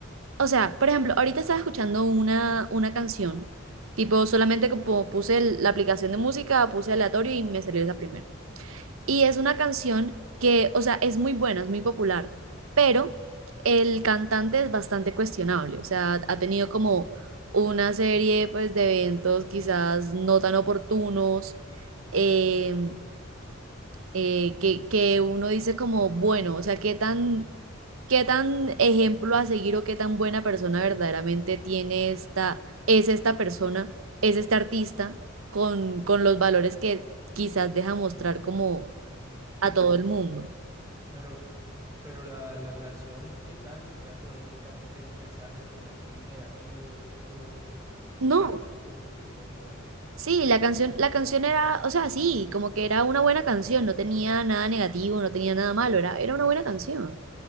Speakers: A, on the right; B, on the right.
A: o sea, por ejemplo, ahorita estaba escuchando una, una canción. Tipo, solamente como puse el- la aplicación de música, puse aleatorio y me salió esa primera. Y es una canción que, o sea, es muy buena, es muy popular, pero el cantante es bastante cuestionable, o sea, ha tenido como una serie pues de eventos quizás no tan oportunos, eh, eh, que, que uno dice como, bueno, o sea, qué tan, qué tan ejemplo a seguir o qué tan buena persona verdaderamente tiene esta, es esta persona, es este artista con, con los valores que quizás deja mostrar como
B: Mm,
A: a
B: mm.
A: todo el mundo.
B: Pero, pero la, la canción que estabas escuchando de él también tiene un mensaje como así negativo, oscuro
A: No,
B: o algo, o bonita, ¿qué?
A: sí, la canción, la canción era, o sea, sí, como que era una buena canción, no tenía nada negativo, no tenía nada malo, era, era una buena canción.